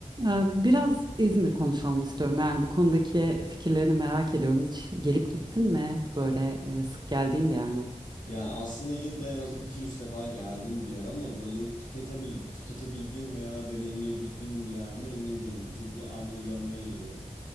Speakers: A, on the right; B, on the left.
A: Ee, Biraz İzmir konuşalım istiyorum. Yani bu konudaki
B: <laughs>
A: fikirlerini merak ediyorum. Hiç gelip gittin mi? Böyle e, sık geldiğin bir yer mi?
B: Yani aslında yılda en az iki üç defa geldim bir yer ama böyle tüketebil tüketebildiğim veya deneyimleyebildiğim bir yer mi emin değilim. Çünkü annemi görmeye geliyorum.